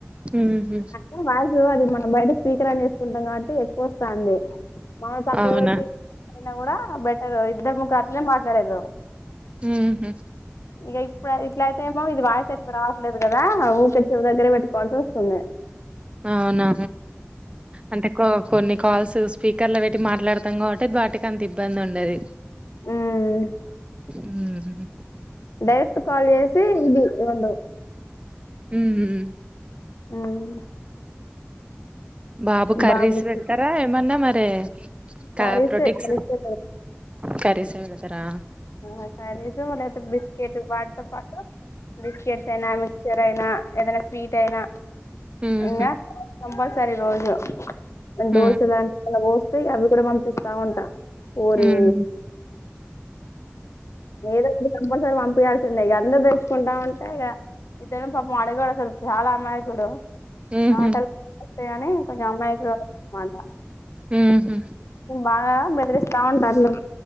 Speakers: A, on the right; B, on the left.
A: ఉహు
B: అప్పుడ <inaudible> మనం బయట స్పీకరాన్ చేసుకుంటాం కాబట్టి ఎక్కువ వస్తంది మనం పక్కకు
A: అవునా
B: పెట్టి కూడా బెటరు ఇద్దరు ముఖ అట్లే మాట్లాడిన్రూ
A: మ్ హు
B: ఇగ ఇప్పుడు ఇట్లా ఏమో ఇది వాయిస్ ఎక్కువ రావట్లేదు కదా ఊపెచ్చ దగ్గర పెట్టుకోవాల్సి వస్తుంది
A: అవునా అంటే కొ కొన్ని కాల్స్ స్పీకర్ల పెట్టి మాట్లాడతాం కాబట్టి వాటికి అంత ఇబ్బంది ఉండది.
B: మ్మ్
A: హ్మ్
B: డైరెక్ట్ కాల్ చేసి ఇది రొండు
A: హ్మ్ హ్మ్
B: హ్మ్
A: బాబు కర్రీస్
B: బాబుకి
A: పెడతారా ఏమన్నా మరి <unintelligible> క
B: కర్రీసే
A: ప్రోటిక్స్
B: కర్రీసే
A: కర్రీసే పెడతరా
B: ఆహ కర్రీసే లేకపోతె బిస్కెట్ వాటితో పాటు బిస్కెట్స్ అయినా మిక్చర్ అయినా ఏదైనా స్వీట్ అయినా
A: ఉహు
B: ఇంకా కంపల్సరి రోజు దోశ
A: ఉమ్
B: లాంటి <unintelligible> పోస్ అవి కూడా పంపిస్తా ఉంటా పూరి
A: హ్మ్
B: ఏదో ఒకటి కంపల్సరీ పం తినాల్సిందే ఇగ అందర్ తే తింటా ఉంటే ఇగ <unintelligible> అడగడు అసలు చాలా అమాయకుడు
A: ఉహు
B: మాటలు వస్తయని కొంచం అమాయకుడు అన్నమాట
A: ఉహు
B: బాగా బెదిరిస్తా ఉంటాను.